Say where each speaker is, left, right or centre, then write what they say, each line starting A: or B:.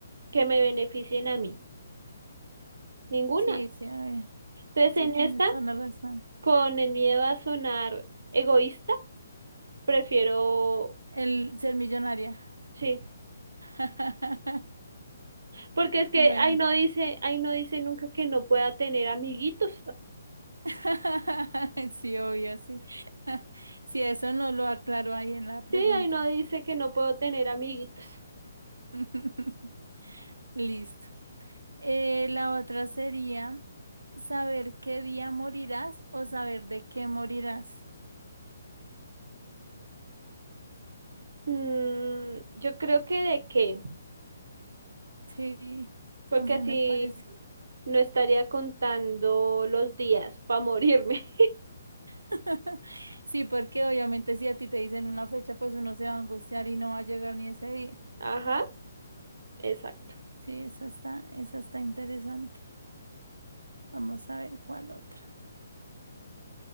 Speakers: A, on the right (about 65°); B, on the right (about 80°).
A: que me beneficien a mí? Ninguna.
B: Sí, sí, obvio.
A: Entonces,
B: Sí, tienes
A: en esta,
B: toda la razón.
A: con el miedo a sonar egoísta, prefiero,
B: El ser millonaria.
A: sí,
B: <laughs>
A: porque es que
B: Bueno.
A: ahí no dice, ahí no dice nunca que no pueda tener amiguitos.
B: <laughs> Sí, obvio, sí. <laughs> Si eso no lo aclaro ahí en la pregunta.
A: Sí, ahí no dice que no puedo tener amiguitos.
B: <laughs> Listo. Eh, la otra sería saber qué día morirás o saber de qué morirás.
A: Mm, yo creo que de qué,
B: Sí,
A: porque
B: también
A: así
B: me parece.
A: no estaría contando los días para morirme.
B: <laughs> Sí, porque obviamente si a ti te dicen una fecha, pues uno se va a angustiar y no va a llegar ni ese día.
A: <laughs> Ajá, exacto.
B: Sí, esa está, esa está interesante. Vamos a ver cuál otra.